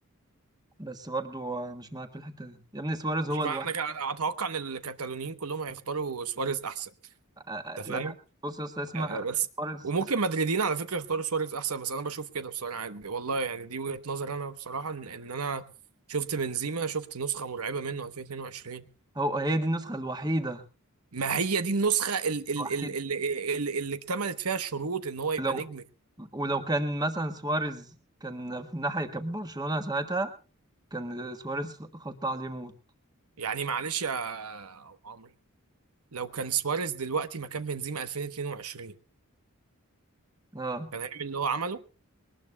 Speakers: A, on the right; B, on the right.
A: بس برضو مش معاك في الحتة دي يا ابني سواريز هو
B: مش
A: الوحيد
B: معنى كده اتوقع ان الكتالونيين كلهم هيختاروا سواريز احسن
A: آه، آه،
B: انت فاهم
A: يعني بص يا اسطى اسمع
B: آه، آه، بس
A: سواريز
B: وممكن مدريدين على فكره يختاروا سواريز احسن بس انا بشوف كده بصراحه يعني والله يعني دي وجهه نظر انا بصراحه ان إن انا شفت بنزيما شفت نسخه مرعبه منه 2022
A: هو هي دي النسخة الوحيدة
B: ما هي دي النسخه ال- ال-
A: الوحيد
B: ال- ال- ال- اللي اكتملت فيها الشروط ان هو يبقى
A: ولو
B: نجم
A: ولو كان مثلا سواريز كان في الناحية كان برشلونة ساعتها كان سواريز خط عليه موت
B: يعني معلش يا أبو عمرو لو كان سواريز دلوقتي مكان بنزيما 2022
A: اه
B: كان هيعمل اللي هو عمله